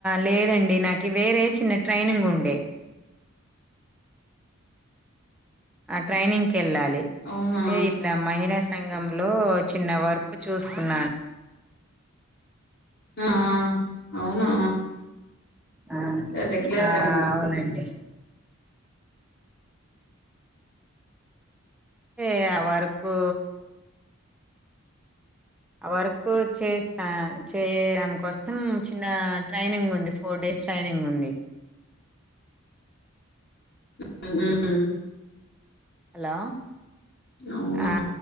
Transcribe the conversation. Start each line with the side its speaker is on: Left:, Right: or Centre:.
Centre: లేదండి నాకు వేరే చిన్న ట్రైనింగ్ ఉండే ఆ ట్రైనింగ్ వెళ్ళాలి
Left: అవునా
Centre: అంటే ఇట్లా మహిళా సంఘంలో చిన్న వర్క్ చూస్తుకున్నాను <inaudible>
Left: ఆ అవునా
Centre: ఆ!
Left: రెగ్యలర్గనేమో
Centre: ఆ! అవునండి. ఏ వర్కు వర్క్ చేస్తా చేయడం కోసం చిన్న ట్రైనింగ్ ఉంది ఫోర్ డేస్ ట్రైనింగ్ ఈవినింగ్ ఉంది
Left: <unintelligible>
Centre: హలో
Left: అవునా
Centre: ఆ